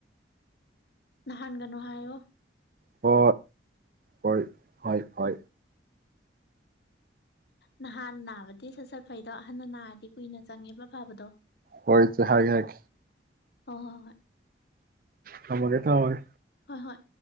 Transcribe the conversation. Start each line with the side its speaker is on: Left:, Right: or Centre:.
Left: ꯅꯍꯥꯟꯒꯅꯨ ꯍꯥꯏꯌꯣ
Right: ꯍ ꯍꯣꯏ ꯍ ꯍ
Left: ꯅꯍꯥꯟ ꯅꯅꯥꯕꯇꯤꯁꯁ ꯐꯩꯗꯣ ꯑꯍꯟꯅ ꯅꯥꯔꯗꯤ ꯀꯨꯏꯅ ꯆꯪꯉꯦꯕ ꯐꯕꯗꯣ
Right: ꯍꯔ ꯆ ꯍꯖ ꯍ
Left: ꯍꯣꯏ ꯍꯣꯏ ꯍꯣꯏ
Right: ꯊꯃꯒꯦꯇꯣꯏ
Left: ꯍꯣꯏ ꯍꯣꯏ